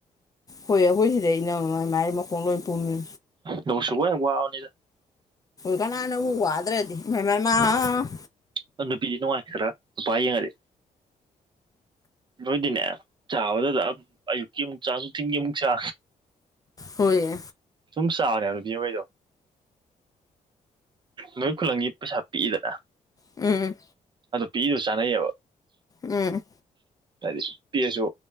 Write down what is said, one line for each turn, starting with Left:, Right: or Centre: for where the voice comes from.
Left: ꯍꯣꯏ ꯑꯩꯈꯣꯏ ꯁꯤꯗꯩ ꯏꯅꯝꯃ ꯑꯃ ꯃꯥꯏ ꯃꯈꯣꯡ ꯂꯣꯏ ꯄꯨꯝꯃꯤ
Right: ꯂꯧꯁꯨꯕ ꯋꯥꯕꯅꯤꯗ
Left: ꯀꯅꯥꯅ ꯎ ꯋꯥꯗ꯭ꯔꯗꯤ ꯃ ꯃꯃ
Right: ꯅꯣꯢ ꯅꯨꯄꯤꯗꯤ ꯅꯨꯡꯉꯥꯏꯈ꯭ꯔꯦꯗ ꯅꯨꯄꯥ ꯌꯦꯡꯉꯗꯤ ꯅꯣꯏꯗꯤꯅꯦ ꯆꯥꯕꯗꯨꯗ ꯑꯌꯨꯛꯀꯤ ꯑꯃꯨꯛ ꯆꯥ ꯅꯨꯡꯊꯤꯟꯒꯤ ꯑꯃꯨꯛ ꯆꯥ
Left: ꯍꯣꯏ
Right: ꯁꯨꯝ ꯆꯥꯎꯔꯦ ꯕꯤꯕꯤ ꯍꯣꯏꯗꯣ ꯅꯣꯏ ꯈꯨꯂꯪꯒꯤ ꯄꯩꯁꯥ ꯄꯤꯛꯏꯗꯅ
Left: ꯎꯝ
Right: ꯑꯗꯨ ꯄꯤꯗꯨ ꯆꯥꯅꯩꯑꯕ
Left: ꯎꯝ
Right: ꯍꯥꯏꯗꯤ ꯄꯤꯁꯨ